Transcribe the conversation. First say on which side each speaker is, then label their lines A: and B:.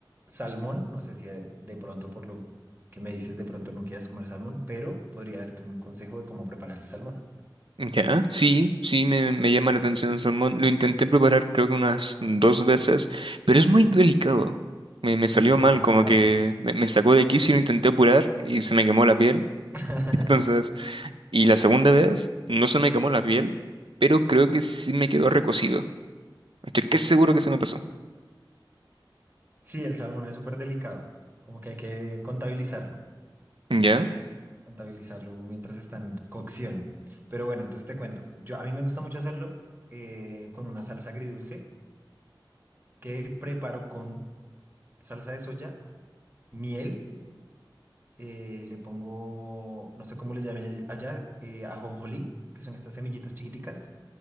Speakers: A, on the right; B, on the right.
A: salmón. No sé si eh, de pronto por lo que me dices de pronto no quieras comer salmón, pero podría darte un consejo de cómo preparar el salmón.
B: Ya, sí, sí, me, me llama la atención el salmón. Lo intenté preparar creo que unas dos veces, pero es muy delicado. Me, me
A: Sí,
B: salió
A: es súper
B: mal,
A: delicado.
B: como que me, me sacó de quicio y lo intenté apurar y se me quemó la piel.
A: <laughs>
B: <laughs> Entonces, y la segunda vez no se me quemó la piel, pero creo que sí me quedó recocido. Estoy que seguro que se me pasó.
A: Sí, el salmón es súper delicado, como que hay que contabilizarlo.
B: ¿Ya?
A: contabilizarlo mientras está en cocción. Pero bueno, entonces te cuento. Yo, a mí me gusta mucho hacerlo eh, con una salsa agridulce que preparo con salsa de soya, miel, eh, le pongo, no sé cómo les llamen all- allá, eh, ajonjolí, que son estas semillitas chiquiticas.